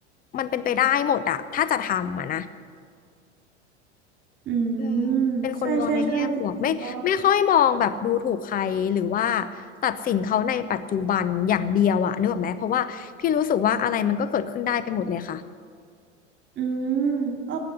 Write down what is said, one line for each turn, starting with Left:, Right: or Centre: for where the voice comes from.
Left: มันเป็นไปได้หมดอะ ถ้าจะทำอะนะ
Right: อืม
Left: อืมเป็นคนมองในแง่บวกไม่ไม่ค่อยมองแบบดูถูกใครหรือว่า
Right: ใช่ใช่ใช่จริงๆก็
Left: ตัดสินเขาในปัจจุบันอย่างเดียวอะนึกออกไหมเพราะว่าพี่รู้สึกว่าอะไรมันก็เกิดขึ้นได้ไปหมดเลยค่ะ
Right: อืมเออ